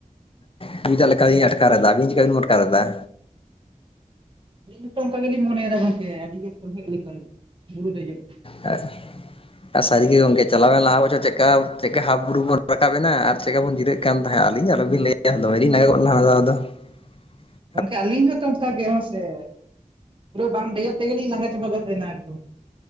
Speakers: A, on the left; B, on the right.
A: ᱥᱩᱵᱤᱫᱷᱟ ᱞᱮᱠᱟᱜᱮᱧ ᱟᱴᱟᱠᱟᱨ ᱮᱫᱟ ᱟᱵᱤᱱ ᱪᱤᱠᱟ ᱵᱤᱧ ᱟᱴᱠᱟᱨ ᱮᱫᱟ?
B: ᱟᱹᱞᱤᱧ ᱦᱚᱸᱚᱛᱚ ᱚᱱᱠᱟ ᱜᱮᱞᱤᱧ ᱢᱚᱱᱮᱭᱮᱫᱟ ᱜᱚᱝᱠᱮ ᱟᱹᱰᱤᱜᱮ ᱥᱚᱞᱦᱮᱜ ᱞᱮᱠᱟ ᱵᱩᱨᱩ ᱫᱮᱡᱚᱜ ᱾
A: ᱟᱨ ᱟᱨ ᱥᱟᱹᱨᱤᱜᱮ ᱜᱚᱝᱠᱮ ᱪᱟᱞᱟᱣᱮᱱ ᱞᱟᱦᱟ ᱯᱚᱪᱷᱨ ᱪᱮᱠᱟ ᱪᱮᱠᱠᱟ ᱦᱟᱯᱷ ᱵᱩᱨᱩ ᱵᱚᱱ ᱨᱟᱠᱟᱵ ᱮᱱᱟ ᱟᱨ ᱪᱮᱫᱠᱟᱜ ᱵᱚᱱ ᱡᱤᱨᱟᱹᱜ ᱛᱟᱦᱮᱸᱫ ᱟᱹᱞᱤᱧ ᱟᱞᱚᱵᱤᱱ ᱞᱟᱹᱭᱟ ᱫᱚᱢᱮᱞᱤᱧ ᱞᱟᱸᱜᱟ ᱜᱚᱜ ᱱᱟ ᱦᱟᱱᱟ ᱫᱷᱟᱳ ᱫᱚ ᱾
B: ᱜᱚᱢᱠᱮ ᱟᱹᱞᱤᱧ ᱦᱚᱸᱛᱚ ᱚᱱᱠᱟ ᱜᱮ ᱦᱮᱸ ᱥᱮ ᱯᱩᱨᱟᱹ ᱵᱟᱝ ᱫᱮᱡᱚᱜ ᱛᱮᱜᱮᱞᱤᱧ ᱞᱟᱸᱜᱟ ᱪᱟᱵᱟ ᱜᱚᱫ ᱞᱮᱱᱟ ᱮᱠᱫᱚᱢ